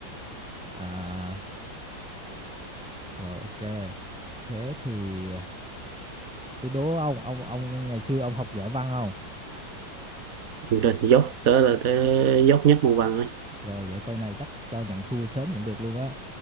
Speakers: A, in the centre; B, on the right.
A: à, rồi ok thế thì à, tôi đố ông ông ông ngày xưa ông học giỏi văn không
B: rồi dốc tới là tới dốc nhất môn văn đấy
A: rồi vậy câu này chắc cho nhận thua sớm cũng được luôn á